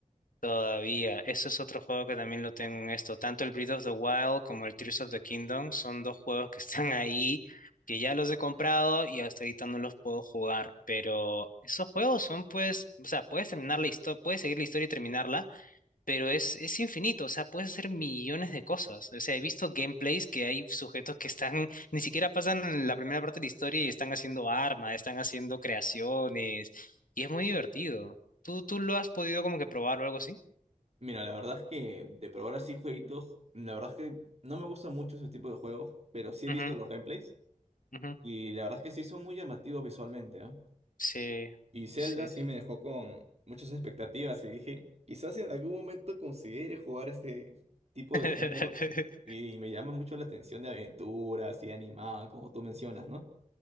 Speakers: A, on the left; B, on the right.
A: Todavía, eso es otro juego que también lo tengo en esto. Tanto el Breath of the Wild como el Tears of the Kingdom son dos juegos que <laughs> están ahí, que ya los he comprado y hasta ahorita no los puedo jugar. Pero esos juegos son pues, o sea, puedes terminar la historia, puedes seguir la historia y terminarla, pero es, es infinito, o sea, puedes hacer millones de cosas. O sea, he visto gameplays que hay sujetos que están, <laughs> ni siquiera pasan la primera parte de la historia y están haciendo armas, están haciendo creaciones, y es muy divertido. ¿Tú, tú lo has podido como que probar o algo así?
B: Mira, la verdad es que de probar así jueguitos, la verdad es que no me gusta mucho ese tipo de juegos, pero sí he
A: Ujú,
B: visto los gameplays
A: ujú.
B: y la verdad es que sí son muy llamativos visualmente, ¿no?
A: Sí,
B: Y Zelda
A: sí.
B: sí me dejó con muchas expectativas y dije, quizás en algún momento considere jugar a este tipo
A: <laughs>
B: de género y me llama mucho la atención de aventura, así animada, como tú mencionas, ¿no?